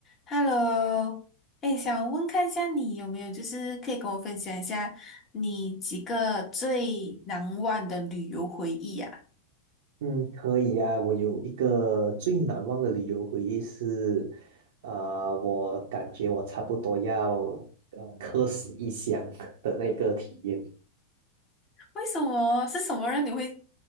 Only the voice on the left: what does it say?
Hello，哎，想问看一下你有没有，就是可以跟我分享一下你几个最难忘的旅游回忆啊？
为什么？是什么让你会